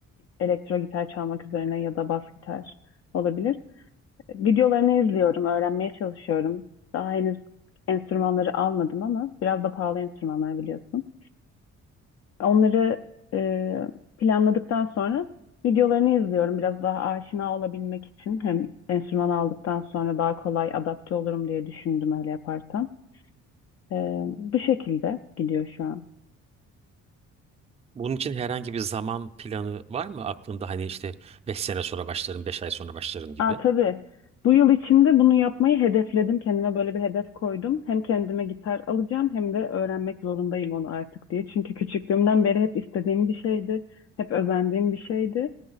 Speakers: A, on the left; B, on the right.
A: Elektro gitar çalmak üzerine ya da bas gitar olabilir. Videolarını izliyorum, öğrenmeye çalışıyorum. Daha henüz enstrümanları almadım ama biraz da pahalı enstrümanlar biliyorsun. Onları e, planladıktan sonra videolarını izliyorum. Biraz daha aşina olabilmek için hem enstrüman aldıktan sonra daha kolay adapte olurum diye düşündüm öyle yaparsam. Ee, bu şekilde gidiyor şu an.
B: Bunun için herhangi bir zaman planı var mı aklında? Hani işte beş sene sonra başlarım, 5 ay sonra başlarım gibi.
A: Aa tabii. Bu yıl içinde bunu yapmayı hedefledim. Kendime böyle bir hedef koydum. Hem kendime gitar alacağım hem de öğrenmek zorundayım onu artık diye. Çünkü küçüklüğümden beri hep istediğim bir şeydi. Hep özendiğim bir şeydi.